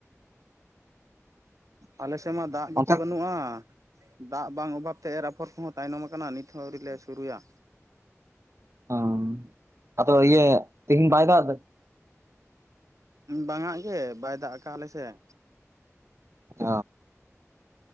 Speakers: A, on the right; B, on the right.
A: ᱟᱞᱮ ᱥᱮᱫ ᱢᱟ ᱫᱟᱜ ᱜᱮ
B: ᱚᱱᱛᱮ
A: ᱵᱟᱹᱱᱩᱜᱼᱟ᱾ ᱫᱟᱜ ᱵᱟᱝ ᱚᱵᱷᱟᱵ ᱛᱮ ᱮᱨ ᱟᱯᱷᱚᱨ ᱠᱚᱦᱚᱸ ᱛᱟᱭᱱᱚᱢ ᱟᱠᱟᱱᱟ ᱱᱤᱛ ᱦᱚᱸ ᱟᱹᱣᱨᱤ ᱞᱮ ᱥᱩᱨᱩᱭᱟ᱾
B: ᱚ ᱟᱫᱚ ᱤᱭᱟᱹ ᱛᱮᱦᱤᱧ ᱵᱟᱭ ᱫᱟᱜ ᱫᱟ?
A: ᱵᱟᱝᱟᱜ ᱜᱮ ᱵᱟᱭ ᱫᱟᱜ ᱟᱠᱟᱫ ᱟᱞᱮ ᱥᱮᱫ᱾
B: <unintelligible> ᱪ